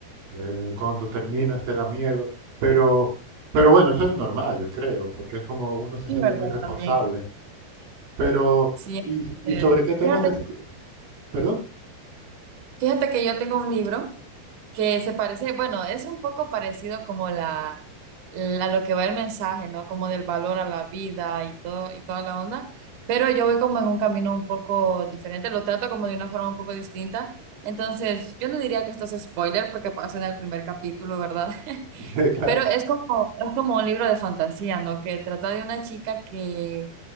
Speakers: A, on the right (about 80°); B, on the right (about 65°).
A: Eh, cuando terminas te da miedo, pero, pero bueno, eso es normal, yo creo, porque es como uno se
B: Sí,
A: siente
B: ¿verdad?
A: muy responsable.
B: También.
A: Pero,
B: Sí.
A: ¿y,
B: entonces,
A: y sobre qué temas
B: Fíjate
A: es? ¿Perdón? <laughs>
B: Fíjate que yo tengo un libro que se parece, bueno, es un poco parecido como la, la- lo que va el mensaje, ¿no? Como del valor a la vida y todo y toda la onda, pero yo voy como en un camino un poco diferente, lo trato como de una forma un poco distinta. Entonces, yo no diría que esto es spoiler porque pasa en el primer capítulo, ¿verdad?
A: Ya, Claro,
B: Pero es como, es como un libro de fantasía, ¿no? Que trata de una chica que